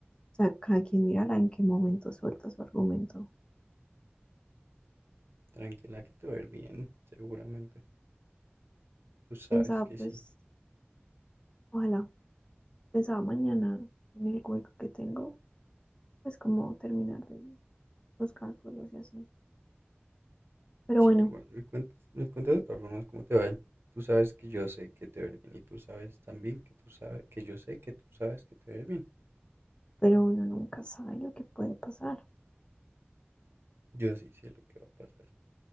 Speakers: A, on the left (about 25°); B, on the right (about 65°).
A: o sea, cada quien mirará en qué momento suelta su argumento.
B: Tranquila que te va a ir bien, seguramente. Tú sabes
A: Pensaba, pues
B: que sí.
A: Ojalá pensaba mañana en el hueco que tengo, pues como terminar de buscar cosas y así. Pero
B: Sí,
A: bueno,
B: bueno, me cuentas, me cuentas de todas formas cómo te va. Tú sabes que yo sé que te va a ir bien y tú sabes también que tú sabes que yo sé que tú sabes que te va a ir bien.
A: pero uno nunca sabe lo que puede pasar.
B: Yo sí sé lo que va a pasar.